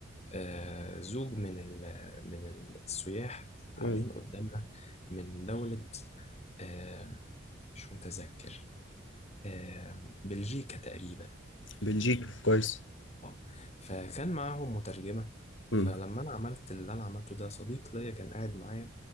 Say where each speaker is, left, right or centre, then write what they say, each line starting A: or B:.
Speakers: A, on the left; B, on the left.
A: آه، زوج من ال- من السياح قاعدين
B: مم.
A: قدامنا من دولة آه، مش متذكر آه، بلجيكا تقريبا
B: بلجيكا كويس
A: اه فكان معاهم مترجمة
B: مم.
A: فلما انا عملت اللي انا عملته ده صديق ليا كان قاعد معايا